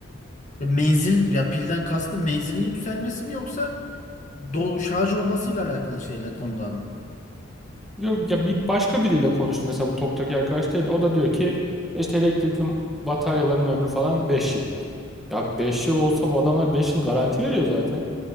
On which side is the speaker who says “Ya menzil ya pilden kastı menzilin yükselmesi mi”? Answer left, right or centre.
Left